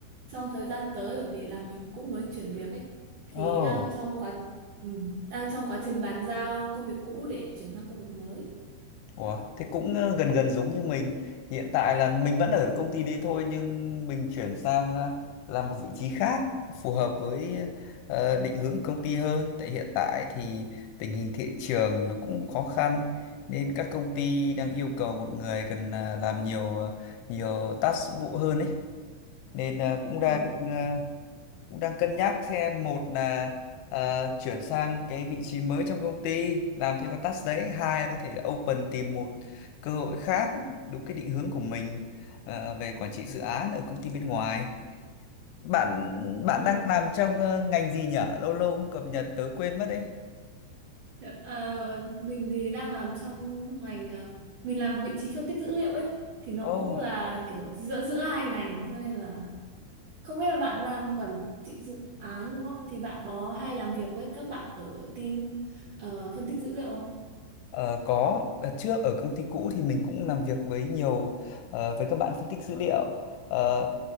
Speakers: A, on the right; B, on the left.
A: trong thời gian tới bởi vì là mình cũng mới chuyển việc ấy thì
B: Ồ,
A: đang trong quá ừ, đang trong quá trình bàn giao công việc cũ để chuyển sang công việc mới
B: Ủa, thế cũng ờ, gần gần giống như mình. Thì hiện tại là mình vẫn ở công ty đấy thôi nhưng mình chuyển sang ờ, làm một vị trí khác phù hợp với ờ, định hướng của công ty hơn. Tại hiện tại thì tình hình thị trường nó cũng khó khăn nên các công ty đang yêu cầu một người cần ờ, làm nhiều ờ, nhiều task vụ hơn ấy. Nên ờ, cũng
A: <laughs>
B: đang
A: Ờ,
B: ờ, cũng đang cân nhắc xem một là ờ, chuyển sang cái vị trí mới trong công ty làm thêm các task đấy hai là có thể open tìm một cơ hội khác đúng cái định hướng của mình ờ, về quản trị dự án ở công ty bên ngoài bạn bạn
A: ồ,
B: đang làm trong ờ, ngành gì nhở lâu lâu không cập nhật tớ quên mất đấy
A: ờ, mình thì đang làm trong ngành ờ, mình làm vị trí phân tích dữ liệu ấy thì nó
B: Ồ
A: cũng là kiểu giữa giữa hai ngành cho nên là Không biết là bạn làm quản trị dự án đúng không? Thì bạn có hay làm việc với các bạn ở team ờ, phân tích dữ liệu không?
B: Ờ, có đợt trước ở công ty cũ thì mình cũng làm việc với nhiều ờ, với các bạn phân tích dữ liệu Ờ,